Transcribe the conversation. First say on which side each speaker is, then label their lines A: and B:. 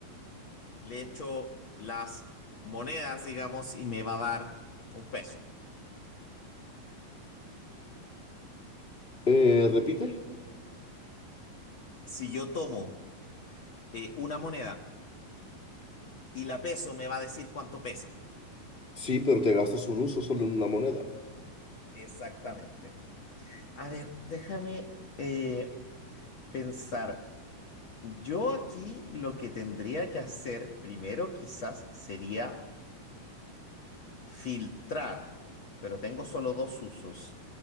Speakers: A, on the left; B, on the left.
A: le echo las monedas, digamos, y me va a dar un peso.
B: Eh, ¿repite?
A: Si yo tomo eh, una moneda y la peso, me va a decir cuánto pesa.
B: Sí, pero te gastas un uso solo en una moneda.
A: Exactamente. A ver, déjame eh, pensar. Yo aquí lo que tendría que hacer primero quizás sería filtrar, pero tengo solo dos usos.